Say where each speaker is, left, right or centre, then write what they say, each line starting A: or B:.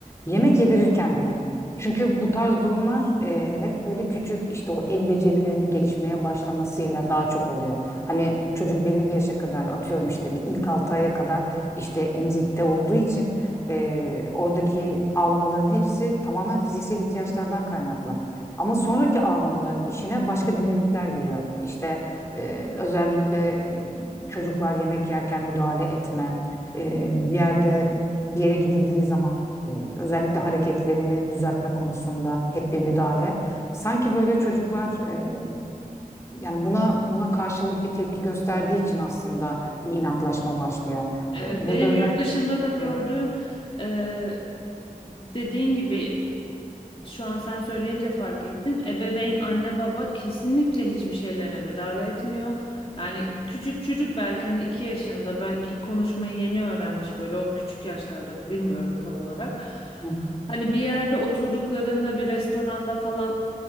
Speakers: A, on the left (about 20°); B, on the left (about 40°).
A: yemek yedirirken bile. Çünkü bu tarz durumlar e, hep böyle küçük işte o el becerilerinin gelişmeye başlamasıyla daha çok oluyor. Hani çocuk belli bir yaşa kadar atıyorum işte bir ilk 6 aya kadar işte emzikte olduğu için e, oradaki ağlamaların hepsi tamamen fiziksel ihtiyaçlardan kaynaklı. Ama sonraki ağlamaların işine başka dinamikler giriyor. İşte e, özellikle e, çocuklar yemek yerken müdahale etme, e, bir yerde bir yere gidildiği zaman e, özellikle hareketlerini düzeltme konusunda hep bir müdahale. Sanki böyle çocuklar e, yani buna buna karşılık bir tepki gösterdiği için aslında bir inatlaşma başlıyor.
B: Evet,
A: E, burada
B: benim
A: özellikle
B: yurt dışında da gördüğüm
A: Hı
B: e, dediğin gibi şu an sen söyleyince fark ettim. Ebeveyn, anne baba kesinlikle hiçbir şeylerine müdahale etmiyor. Yani küçük çocuk belki hani iki yaşında belki konuşmayı yeni öğrenmiş böyle o küçük yaşlarda bilmiyorum tam olarak.
A: hı.
B: Hani bir yerde oturduklarında bir restoranda falan